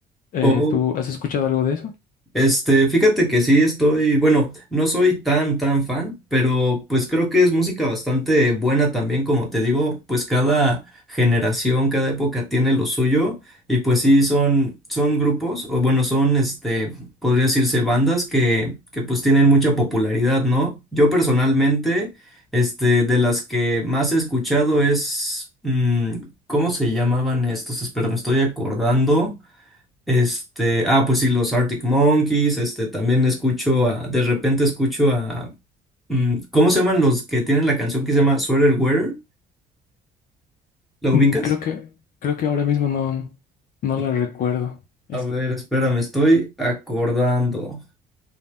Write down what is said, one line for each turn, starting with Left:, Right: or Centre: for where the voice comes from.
Left: Eh,
Centre: Oh,
Left: ¿tú has escuchado algo de eso?
Centre: este, fíjate que sí estoy, bueno, no soy tan, tan fan, pero pues creo que es música bastante buena también, como te digo, pues cada generación, cada época tiene lo suyo y pues sí son, son grupos, o bueno, son, este, podría decirse bandas que, que pues tienen mucha popularidad, ¿no? Yo personalmente, este, de las que más he escuchado es, mm, ¿cómo se llamaban estos? Espera, me estoy acordando. Este, ah, pues sí, los Arctic Monkeys, este, también escucho a, de repente escucho a, mm, ¿cómo se llaman los que tienen la canción que se llama Sweater Wearer? ¿La ubicas?
Left: Mm, Creo que, creo que ahora mismo no, no
Centre: No.
Left: la recuerdo. Esa.
Centre: A ver, espera, me estoy acordando.